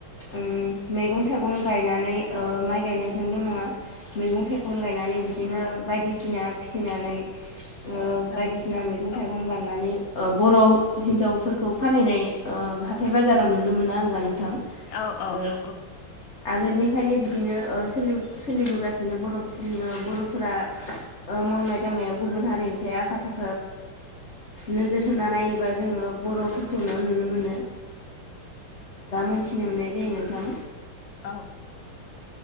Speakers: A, on the left; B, on the left.
A: ओ मैगं थाइगं गायनानै ओ माइ गायनायजों ल नङा मैगं थाइगं गायनानै बिदिनो बाय बिदा ना फिसिनानै ओ
B: नंगौ
A: बायदिसिना
B: नोंथां
A: मैगं थाइगं
B: औ
A: बाननानै ओ बर' हिजावफोर खौ फानहैनाय ओ हााथाय बाजाराव नुनो मोना होनबा नोंथां।
B: औ -औ
A: ओ
B: नंगौ।
A: आगोलनिफ्रायनो बिदिनो ओ सोलि सोलिबोगासिनो। बिदिनो बर' बर'फोरा ओ मावनाय दांनायाव गुबुन हारिनि साय आखा फाखा। नोजोर होना नायोबा जोङो बर' फोरखौनो नुनो मोनो। मिथिनो मोननाय जायो नोंथां।
B: औ